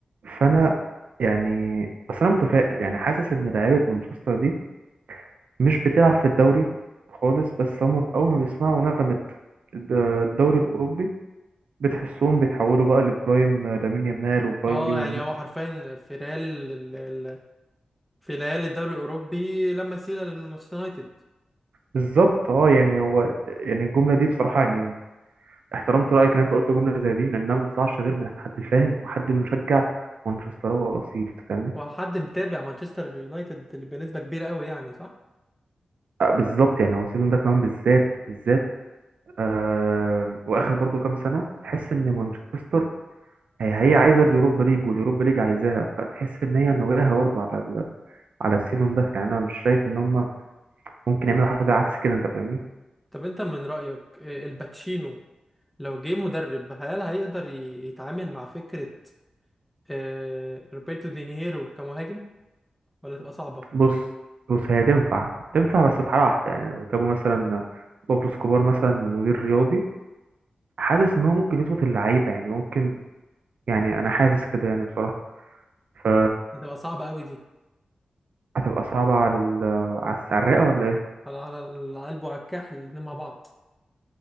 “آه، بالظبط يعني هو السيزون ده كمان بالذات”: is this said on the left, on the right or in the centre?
Right